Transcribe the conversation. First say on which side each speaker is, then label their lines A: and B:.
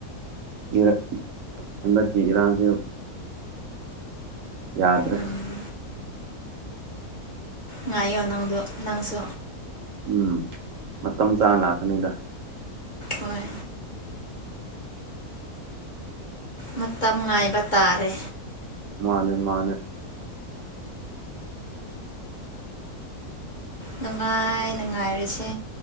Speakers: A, on the right; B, on the left.
A: ꯏꯔ ꯍꯟꯀꯤ ꯏꯔꯥꯡꯁꯨꯦ꯫ ꯌꯥꯗ꯭ꯔꯦ꯫
B: ꯎꯝ ꯉꯥꯏꯌꯣ ꯅꯪꯗꯣ ꯅꯪꯁꯨ꯫
A: ꯎꯝ ꯃꯇꯝ ꯆꯥꯅ ꯂꯥꯛꯀꯅꯤꯗ꯫
B: ꯍꯣꯏ꯫ ꯃꯇꯝ ꯉꯥꯏꯕ ꯇꯥꯔꯦ꯫
A: ꯃꯥꯅꯦ ꯃꯥꯅꯦ꯫
B: ꯅꯨꯡꯉꯥꯏ ꯅꯨꯡꯉꯥꯏꯔꯤꯁꯦ꯫